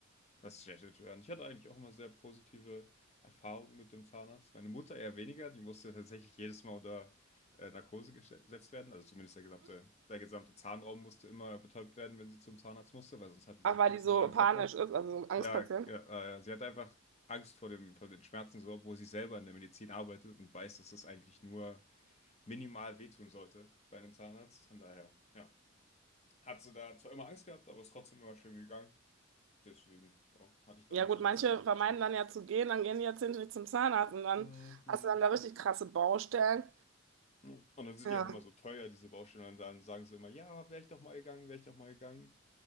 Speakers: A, on the left; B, on the right.
A: Das ist schlecht zu hören. Ich hatte eigentlich auch immer sehr positive Erfahrungen mit dem Zahnarzt. Meine Mutter eher weniger, die musste tatsächlich jedes Mal unter äh, Narkose geste- gesetzt werden. Also zumindest der gesamte, der gesamte Zahnraum musste immer betäubt werden, wenn sie zum Zahnarzt musste, weil sonst hatte
B: Aber
A: sie
B: weil
A: viel
B: die
A: zu
B: so
A: viel Angst
B: panisch
A: davor.
B: ist, also so ein Angstpatient.
A: Ja, ja äh, sie hat einfach Angst vor dem, vor den Schmerzen, so, obwohl sie selber in der Medizin arbeitet und weiß, dass das eigentlich nur minimal wehtun sollte bei einem Zahnarzt. Von daher, ja, hat sie da zwar immer Angst gehabt, aber ist trotzdem immer schön gegangen. Deswegen, ja, hatte ich da
B: Ja
A: immer
B: gut,
A: so
B: manche
A: ein bisschen.
B: vermeiden
A: Ja.
B: dann ja zu gehen, dann gehen die jetzt nicht zum Zahnarzt und dann
A: Mhm.
B: hast du dann da richtig krasse Baustellen.
A: Ja. Und dann sind
B: Ja,
A: die auch immer so teuer, diese Baustellen. Und dann sagen sie immer, ja, wäre ich doch mal gegangen, wäre ich doch mal gegangen.